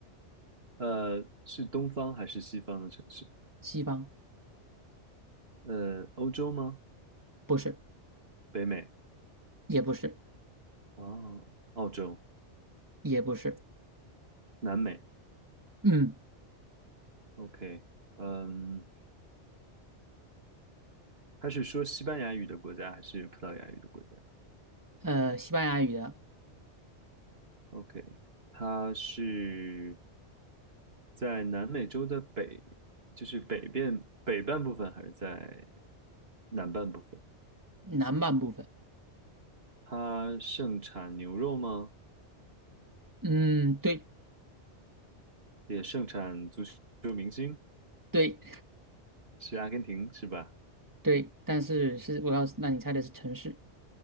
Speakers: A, on the right; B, on the right.
A: 呃，是东方还是西方的城市？
B: 西方
A: 呃，欧洲吗？
B: 不是，
A: 北美？
B: 也不是，
A: 哦，澳洲、
B: 也不是，
A: 南美。
B: 嗯，
A: OK，嗯，他是说西班牙语的国家还是葡萄牙语的国家？
B: 呃，西班牙语的
A: OK，它是在南美洲的北，就是北边北半部分，还是在南半部分？
B: 南半部分，
A: 它盛产牛肉吗？
B: 嗯，对
A: 也盛产足球明星，
B: 对
A: 是阿根廷是吧？
B: 对，但是是我要让你猜的是城市。